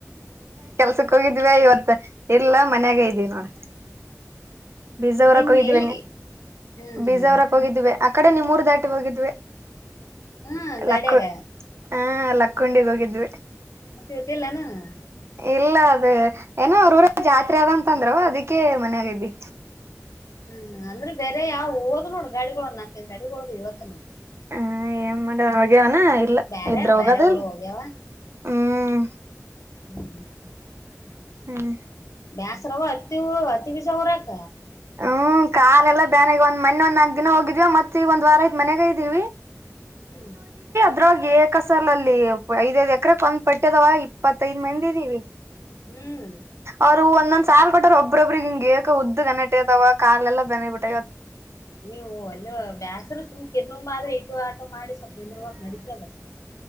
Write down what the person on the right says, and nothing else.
ಸಕ್ ಹೋಗಿದ್ವಿ ಇವತ್ತು ಇಲ್ಲ ಮನ್ಯಾಗ ಇದೀವಿ ನೋಡ ಬೀಜಾವರಕ್ಕೆ
ಹೋಗಿದ್ದೀವಿ
ಬೀಜಾವರ
ಹೋಗಿದ್ದೀವೆ ಆ ಕಡೆ ನಿಮ್ಮೂರ್ ದಾಟಿ ಹೋಗಿದ್ವಿ
ಲಕ್ಕ ಹಾ ಲಕ್ಕೊಂಡಿಗ್ ಹೋಗಿದ್ವಿ
ಇಲ್ಲ ಅದ- ಏನೋ ಅವ್ರ ಊರ ಜಾತ್ರೆ ಅದಂತಂದ್ರು ಅದಕ್ಕೆ ಮನೆ ಗಿದಿ
ಹ ಏನ್ ಮಾಡ ಹಾಗ ಅ ಇಲ್ಲ
ಇದ್ರೆ ಹೋಗದಲ್
ಹ್ಮ್
ಹ್ಮ್
ಹ್ಮ್ ಕಾರ್ ಎಲ್ಲ ಬ್ಯಾನಾಗ ಒಂದ್ ಮನೆೆ ಒಂದ ನಾಕ್ ದಿನ ಹೋಗಿದಿವವ ಮತ್ತತ್ ಈಗ ಒಂದ್ ವಾರ ಐ್ ಮನ್ಾಗ ಇದೀವಿ <unintelligible>
ಅ್ರ ಏ ಕಸಾಲ ಅಲ್ಲಿ ಐದೈಐ್ ಎಕರೆಕ್ ಒಂದ್ ಪಟ್ಟದವ ಇಪ್ಪತ್ತೈದ್ ಮಂದ ಇದೀವಿ <unintelligible>
ಅವ್ರು ಒಂದೊಂದ್ ಸಾಲ್ ಕೊಟ್ ಒಬ್ಬೊಬ್ರಿಗೆ ಹಿಂಗೆೇಕ ಉದ್ ಕನೆಕ್ಟ್ ಇದಾವ ಕಾಲೆಲ್ಲ ಬೆನಿಬಿಟ್ಟ ಇವತ್